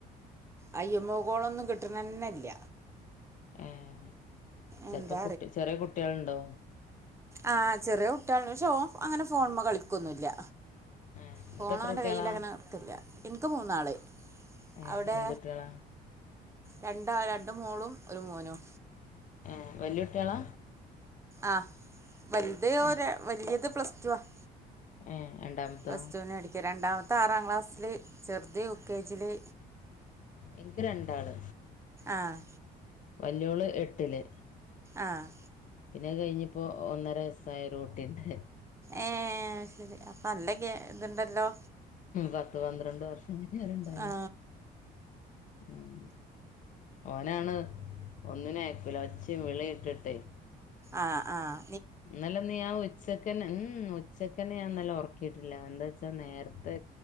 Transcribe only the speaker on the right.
അയ്യെമ്മെ കോളൊന്നും കിട്ട്ണെന്നില്ല
എന്താ
ആഹ് ചെറിയ കുട്ടികള്ണ്ട് പക്ഷേ ഓൻ അങ്ങനെ ഫോണ്മെ കളിക്കൊന്നുല്ല
ഫോണോന്റെ
കയ്യിലങ്ങനെ കൊട്ക്കലില്ല എനിക്ക് മൂന്നാള്
അവിടെ
രണ്ട് ആഹ് രണ്ട് മോളും ഒരു മോനും
ആഹ് വലുത്
ഒര വല്യത് പ്ലസ് ടു ആഹ്
പ്ലസ് ടൂന് പഠിക്കാ രണ്ടാമത്തെ ആറാം ക്ലാസ്സില് ചേർ ത് യു കെ ജില്
ആഹ്
ആഹ്
ഏഹ് അഹ് ശെരി അപ്പൊ നല്ലഗ ഇത് ഉണ്ടല്ലോ.
ആ
ആഹ് ആഹ്